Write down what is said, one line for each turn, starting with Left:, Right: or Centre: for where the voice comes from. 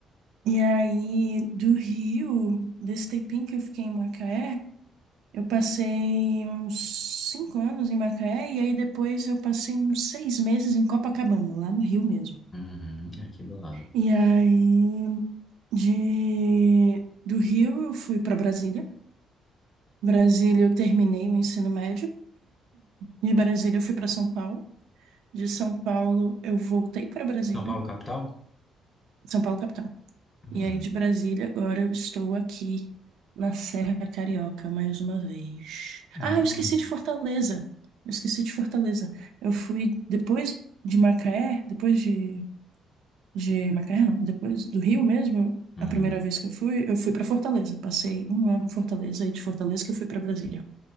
Right: E aí, do Rio, desse tempinho que eu fiquei em Macaé, Eu passei uns cinco anos em Macaé e aí depois eu passei uns seis meses em Copacabana, lá no Rio mesmo.
Left: Uhum, é aqui do lado.
Right: E aí de do Rio eu fui para Brasília. Brasília eu terminei o ensino médio. De Brasília eu fui para São Paulo. De São Paulo eu voltei para Brasília,
Left: São Paulo, capital?
Right: São Paulo capital.
Left: Uhum.
Right: E aí, de Brasília, agora eu estou aqui na Serra Carioca mais uma vez. Ah,
Left: Olha,
Right: eu esqueci de Fortaleza. Eu esqueci de Fortaleza. Eu fui depois de Macaé, depois de, de Macaé, não, depois do Rio mesmo,
Left: uhum.
Right: a primeira vez que eu fui, eu fui para Fortaleza. Passei um ano em Fortaleza e de Fortaleza que eu fui para Brasília.